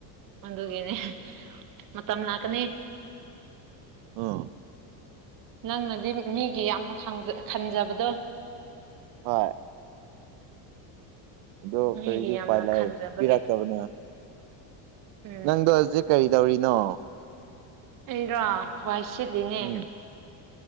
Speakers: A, on the right; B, on the right.
A: ꯑꯗꯨꯒꯤꯅꯦ ꯃꯇꯝ ꯂꯥꯛꯀꯅꯤ
B: ꯑꯥ
A: ꯅꯪꯅꯗꯤ ꯃꯤꯒꯤ ꯌꯥꯝꯅ ꯈꯟꯖꯕꯗꯣ
B: ꯍꯣꯏ ꯑꯗꯣ
A: ꯃꯤꯒꯤ
B: ꯀꯔꯤꯗꯤ ꯎꯄꯥꯏ
A: ꯌꯥꯝꯅ
B: ꯂꯥꯛꯑ
A: ꯈꯟꯖꯕꯒꯤ
B: ꯄꯤꯔꯛꯇꯕꯅ
A: ꯎꯝ
B: ꯅꯪꯗꯣ ꯍꯧꯖꯤꯛ ꯀꯔꯤ ꯇꯧꯔꯤꯅꯣ
A: ꯑꯩꯔꯣ ꯋꯥꯏ ꯁꯤꯠꯂꯤꯅꯦ
B: ꯎꯝ